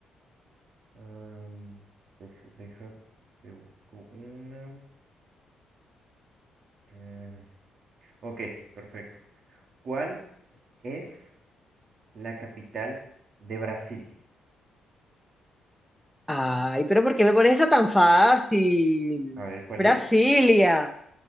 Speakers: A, on the right; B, in the centre.
A: Am, deja, deja, te busco una. Eh, ok, perfecto. ¿Cuál es la capital de Brasil?
B: Ay, pero ¿por qué me pones esa tan fácil?
A: A ver cuál
B: Brasilia.
A: es.